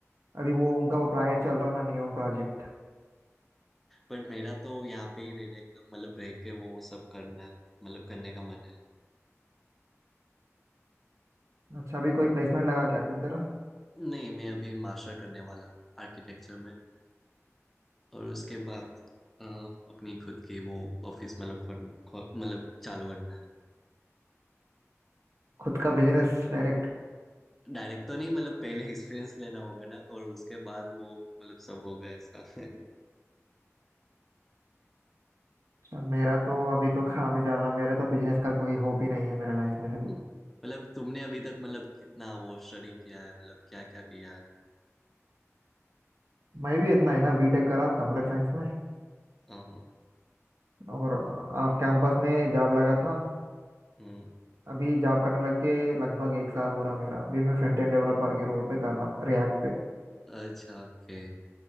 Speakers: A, on the right; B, in the centre.
A: अभी वो उनका वो प्रोजेक्ट चल रहा ना नियोम प्रोजेक्ट
B: बट मेरा तो यहाँ पे ही रहने का मतलब रह के वो सब करना मतलब करने का मन है
A: अच्छा अभी कोई प्लेसमेंट लगा क्या फिर तेरा
B: नहीं मैं अभी मास्टर करने वाला हूँ आर्किटेक्चर में और उसके बाद अ, अपनी खुद की वो ऑफिस मतलब खोल- खोल- मतलब चालू करना है
A: खुद का बिजनेस डायरेक्ट
B: डायरेक्ट तो नहीं मतलब पहले एक्सपीरियंस लेना होगा ना और उसके बाद वो मतलब सब होगा ऐसा <laughs>
A: अच्छा मेरा तो अभी तो काम ही चल रहा मेरा तो बिजनेस का कोई होप ही नहीं है मेरा लाइफ में अभी
B: मतलब
A: तो
B: तुमने अभी तक मतलब कितना वो स्टडी किया है मतलब क्या क्या किया है
A: मैं भी इतना ही ना बीटेक करा कंप्यूटर साइंस में
B: हाँ हाँ,
A: और ऑफ कैंपस में जॉब लगा था
B: हम्म
A: अभी जॉब करने लग के लगभग एक साल हो रहा मेरा अभी मैं फ्रंट एंड डेवलपर के रोल पे कर रहा रिएक्ट पे
B: अच्छा ओके